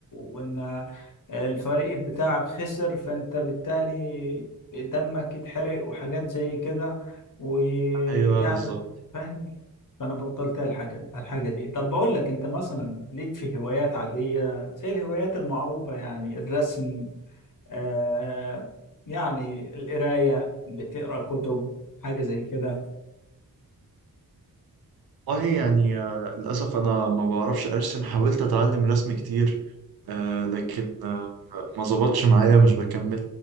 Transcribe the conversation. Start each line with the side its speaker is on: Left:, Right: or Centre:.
Left: وان آه، الفريق بتاعك خسر فانت بالتالي دمك يتحرق وحاجات زي كده ويعني
Right: ايوه بالظبط
Left: فاهم فانا بطلت الحاجه الحاجه دي طب بقول لك انت مثلا ليك في هوايات عاديه زي الهوايات المعروفة يعني الرسم آه يعني القراية بتقرأ كتب حاجة زي كده
Right: والله يعني آه، للأسف أنا ما بعرفش أرسم حاولت أتعلم رسم كتير آه، لكن آه، ما ظبطش معايا مش بكمل